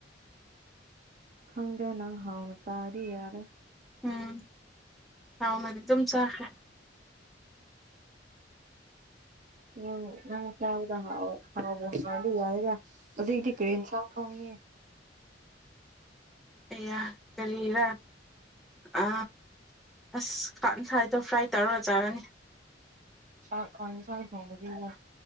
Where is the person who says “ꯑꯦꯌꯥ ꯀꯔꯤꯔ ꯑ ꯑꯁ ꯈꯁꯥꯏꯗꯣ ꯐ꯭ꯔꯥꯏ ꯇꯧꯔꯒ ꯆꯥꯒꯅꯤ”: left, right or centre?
Centre